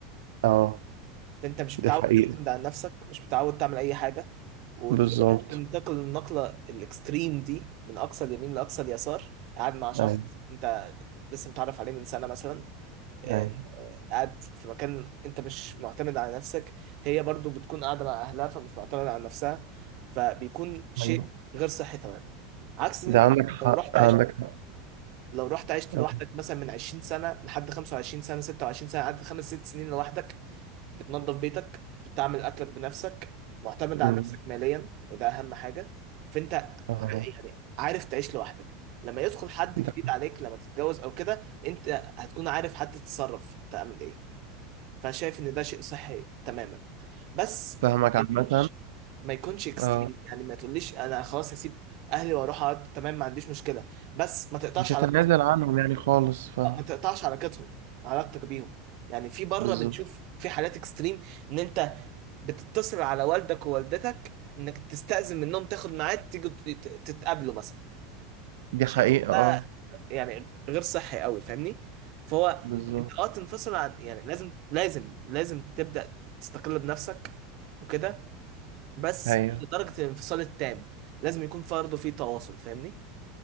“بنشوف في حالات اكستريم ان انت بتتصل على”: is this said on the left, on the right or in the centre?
Right